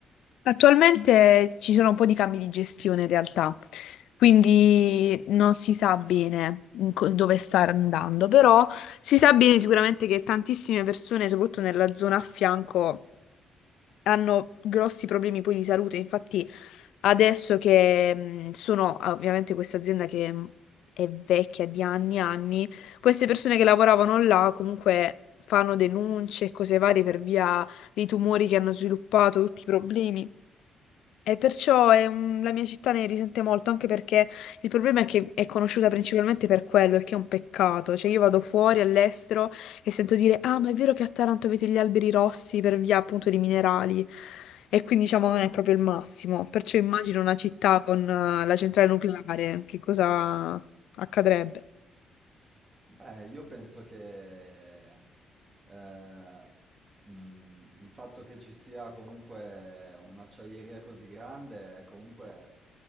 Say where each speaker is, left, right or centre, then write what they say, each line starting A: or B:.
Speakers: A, on the left (about 80°); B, on the right (about 25°).
A: Attualmente ci sono un po' di cambi di gestione in realtà, quindi non si sa bene in co- dove sta andando, però si sa bene sicuramente che tantissime persone, soprattutto nella zona a fianco, hanno grossi problemi poi di salute. Infatti, adesso che mh, sono ah, ovviamente questa azienda che mh, è vecchia di anni e anni, queste persone che lavoravano là comunque fanno denunce e cose varie per via dei tumori che hanno sviluppato, tutti i problemi. E perciò è un- la mia città ne risente molto, anche perché il problema è che è conosciuta principalmente per quello, il che è un peccato. Cioè io vado fuori all'estero e sento dire, ah, ma è vero che a Taranto avete gli alberi rossi per via appunto di minerali. E quindi diciamo non è proprio il massimo. Perciò immagino una città con eh, la centrale nucleare, che cosa accadrebbe?
B: Beh, io penso che eh, mh, il fatto che ci sia comunque un'acciaieria così grande è comunque,